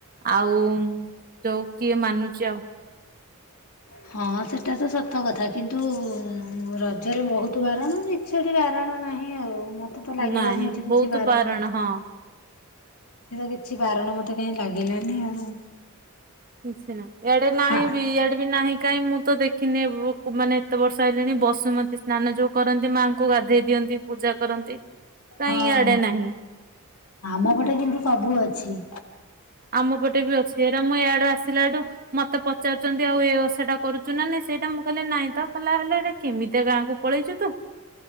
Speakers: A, on the right; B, on the left.
A: ଆଉ ଯୋଉ କିଏ ମାନୁଛି ଆଉ
B: ହଁ ହଁ ସେଟା ତ ସତ ସତ କଥା କିନ୍ତୁ ରଜରେ ବହୁତ ବାରଣ ଇଛାଟି ବାରଣ ନାହିଁ ଆଉ ମତ ମତେ ତ ଲାଗିଲାନି
A: ନାହିଁ
B: ଏଠି କିଛି
A: ବହୁତ
B: ବାରଣ ଅଛି
A: ହଁ
B: ମାନେ ମତେ ତ କିଛି ବାରଣ ମତେ କାଇଁ ଲାଗିଲାନି ଆଉ
A: କିଛି ନାହିଁ ଆଡେ ନାହିଁ
B: ହା
A: ବି ଆଡେ ବି ନାହିଁ କାଇଁ ମୁଁ ତ ଦେଖିନି ମାନେ ସାତ ବର୍ଷ ହେଲେଣି ବସୁମତୀ ସ୍ନାନ ଯୋଉ କରନ୍ତି ମାଆଙ୍କୁ ଗାଧେଇ ଦିଅନ୍ତି ପୂଜା କରନ୍ତି କାଇଁ
B: ହଁ
A: ଇଆଡେ ନାହିଁ।
B: ଆମ ପଟେ କିନ୍ତୁ ସବୁ ଅଛି।
A: ଆମ ପଟେ ବି ଅଛି ଏରା ମୁଁ ଏୟଆଡେ ଆସିଲା ଏଠୁ ମତେ ପଚାରୁଛନ୍ତି ଆଉ ଏ ଓଷାଟା କରୁଛୁ ନା ନାଇଁ ସେଇଟା ମୁଁ କହିଲେ ନାଇଁ ତ କଲା ହେଲେ କେମିତିଆ ଗାଁକୁ ପଳେଇଛୁ ତୁ